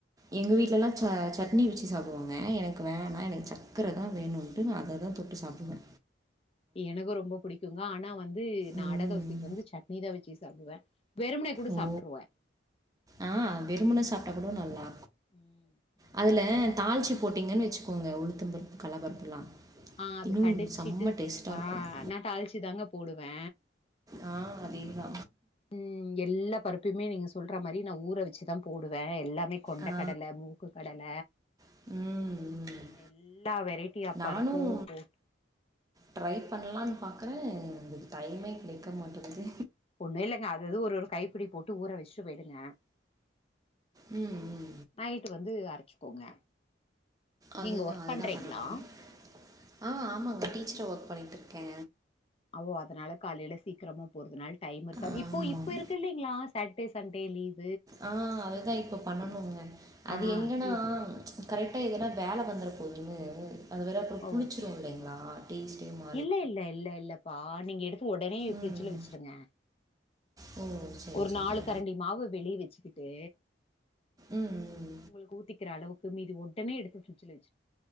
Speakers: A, on the right; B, on the left.
A: எங்க வீட்லலா ச சட்னி வச்சு சாப்டுவாங்க எனக்கு வேணா எனக்கு சக்கர தா வேணுன்ட்டு நா அத தா தொட்டு சாப்டுவே
B: எனக்கு ரொம்ப புடிக்குங்க ஆனா வந்து நா
A: ம்
B: அட தோசைக்கு வந்து சட்னி தா வச்சு சாப்டுவே வெறுமனே கூட
A: ஓ
B: சாப்ட்டிருவே
A: ஆ வெறுமனே சாப்டா கூட நல்லா
B: ம் வெறுமனே
A: அதுல
B: கூட சாப்
A: தாழ்ச்சு போட்டீங்கனு வச்சுக்கோங்க உளுத்த பருப்பு கல்லப்பருப்புல்லா
B: ஆ அது
A: இன்னு
B: கடிச்சிட்டு
A: செம டேஸ்ட்டா
B: ஆ
A: இருக்கு <inaudible>
B: நா தாளிச்சு தாங்க போடுவே
A: ஆ அதேதா
B: ம் எல்லா பருப்பையுமே நீங்க சொல்ற மாரி நா ஊற வச்சுதா போடுவே எல்லாமே கொண்ட
A: ஆ ஆ.
B: கடல மூக்கு கடல
A: ம் ம்
B: நா எல்லா வெரைட்டியா
A: நானும்
B: பருப்பு போட்
A: ட்ரை பண்ணலான்னு பாக்குற அதுக்கு டைமே கெடைக்க மாட்டுது
B: ஒண்ணு இல்லங்க அதது ஒரு ஒரு கைப்புடி போட்டு ஊற வச்சுட்டு போய்டுங்க
A: ம் ம்
B: நைட்டு வந்து அரச்சக்கோங்க
A: அதுதான்
B: நீங்க ஒர்க்
A: அதுதான்
B: பண்றீங்களா
A: பண்ணணும் ஆ ஆமாங்க டீச்சர ஒர்க் பண்ணிகிட்டுருக்கே
B: ஓ அதனால காலையில சீக்கிரமா போறதுனால டைம் இருக்காது
A: ஆமாம்
B: இப்போ இப்போ இருக்கு இல்லைங்களா சாட்டர்டே சண்டே லீவ்
A: ஆ அததா இப்ப பண்ணனுங்க அது
B: ஆ
A: எங்கன்னா
B: இப்
A: கரெக்டா எதனா வேல வந்துட போதுன்னு அது வேறு அப்றோ
B: ஓ!
A: புளிச்சிரு இல்லைங்களா டேஸ்ட்டே மா
B: இல்ல இல்ல இல்ல இல்லப்பா நீங்க எடுத்து உடனே
A: ம்
B: ஃபரிட்ஜ்ல வச்சிருங்க
A: ஓ சரி
B: ஒரு
A: சரிங்க
B: நாலு கரண்டி மாவு வெளிய வச்சுக்கிட்டு
A: ம் ம்.
B: உங்களுக்கு ஊத்திக்கிற அளவுக் கு மிதி ஒடனே எடுத்து ஃபரிட்ஜில வை